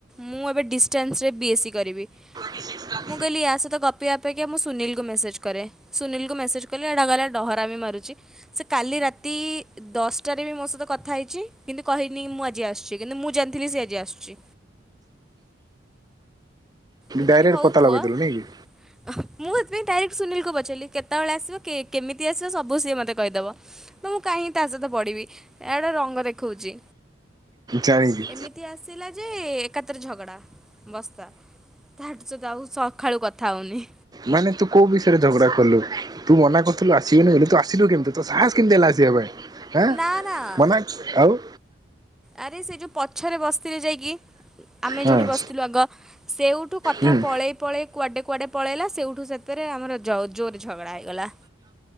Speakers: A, in the centre; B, on the right.
A: ମୁଁ ଏବେ ଡିସି ଷ୍ଟେନ୍ସରେ ବିଏସ୍ ସି କରିବି।
B: <unintelligible>
A: ମୁଁ କହଲି ୟା ସହିତ ଗପିବା ଅପେକ୍ଷା ମୁଁ ସୁନୀଲକୁ ମେସେଜ୍ କରେ ସୁନୀଲକୁ ମେସେଜ କଲି ଏଇଟା ଗଲା ଡହରା ମି ମାରୁଛି। ସେ କାଲି ରାତି ଦଶଟାରେ ବି ମୋ ସହିତ କଥା ହେଇଛି କିନ୍ତୁ କହିନି ମୁଁ ଆଜି ଆସୁଛି କିନ୍ତୁ ମୁଁ ଜାଣିଥିଲି ସେ ଆଜି ଆସୁଛି। ମୁଁ କହିଲି
B: ଡାଇରେକ୍ଟ
A: ହଉ
B: ପତା
A: ପୁଅ।
B: ଲଗେଇଦେଲୁ
A: ମୁଁ
B: ନାଇଁ କି?
A: ସେଥିପାଇଁ ଡାଇରେକ୍ଟ ସୁନୀଲକୁ ପଚାରିଲି କେତେବେଳେ ଆସିବ କେମତି ଆସିବ ସବୁ ସଏ ମୋତେ କହିଦେବ। ତ ମୁଁ କାହିଁକ ତା ସହିତ ପଢିବି ଏ ଗୋଟେ ରଙ୍ଗ ଦେଖଉଛି।
B: ଜାଣିଛି
A: ଏମିତି ଆସିଲା ଯେ ଏକାତରେ ଝଗଡ଼ା ବସ୍ତା ତାଠୁ ସତ ଆଉ ସକାଳୁ କଥା ହଉନି।
B: ମାନେ ତୁ କୋଉ ବିଷୟରେ ଝଗଡା କଲୁ ତୁ ମନା କରୁଥିଲୁ ଆସିବୁନି ବୋଲିଲେ ତୁ ଆସିଲୁ କେମିତି ତୋ ସାସ କେମତି ହେଲା ଆସିବା ପାଇଁ ଏଁ
A: ନା ନା
B: ମନା ଆଉ।
A: ଆରେ ସେ ଯେଉଁ ପଛରେ ବସ୍ତିରେ ଯାଇକି ଆମେ
B: ହଁ
A: ଯେଉଁଠି ବସିଥିଲୁ ଆଗ ସେଉଠୁ କଥା
B: ହୁଁ।
A: ପଳେଇ ପଳେଇ କୁଆଡ଼େ କୁଆଡ଼େ ପଳେଇଲା ସେଇଠୁ ସେଥିରେ ଆମର ଜୋର ଝଗଡ଼ା ହେଇଗଲା।